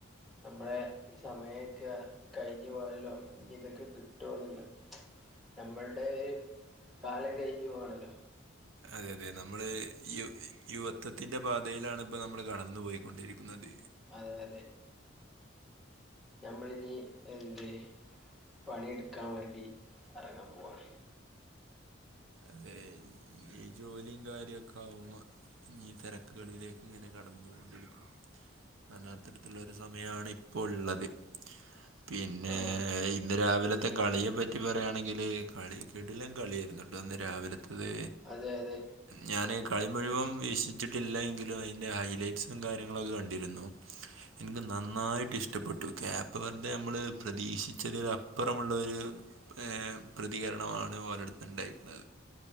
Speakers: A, in the centre; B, on the right.
A: നമ്മളെ ഈ സമയമൊക്കെ കഴിഞ്ഞഞ് പോയല്ലോ ഇതൊക്കെ കിട്ടോന്നണ്ട് നമ്മൾടെ ഒരു കാലം കയ്ഞ്ഞ് പോവാണല്ലോ
B: അതെ അതെ നമ്മള് യു യുവ ത്വത്തിന്റെ പാതയിലാണ് ഇപ്പൊ നമ്മള് കടന്നു പോയിക്കൊണ്ടിരിക്കുന്നത്
A: അതെ അതെ നമ്മളിനി എന്ത്‌ര് പണിയെടുക്കാൻ വേണ്ടി ഇറങ്ങാൻ പോവാണ്
B: അതെ ഈ ജോലിം കാര്യൊക്കെ ആവ്മ്പ ഞ്ഞി തെരെക്ക്‌കളിലേക്ക്‌ങ്ങനെ കടന്നൊണ്ടിരിക്കും അത്തരത്തിലുള്ള ഒരു സമയാണ് ഇപ്പൊള്ളത് പിന്നെ
A: ആ
B: ഇന്ന് രാവിലത്തെ കളിയെപ്പറ്റി പറയാണെങ്കില് കളി കിടിലൻ കളിയ്നു ഇന്ന് രാവിലത്തത്
A: അതെ അതെ
B: ഞാന് കളി മുഴുവൻ വീക്ഷിച്ചിട്ടില്ല എങ്കിലും അയ്ന്റെ ഹൈലൈറ്റ്സും കാര്യങ്ങളൊക്കെ കണ്ടിരുന്നു ൻക്ക്‌ നന്നായിട്ട് ഇഷ്ടപ്പെട്ടു <unintelligible> വെറുതെ നമ്മള് പ്രതീക്ഷിച്ചതിൽ അപ്പുറമുള്ളൊര് ഏ പ്രതികരണമാണ് ഓലട്ത്ത് ണ്ടായിര്ന്ന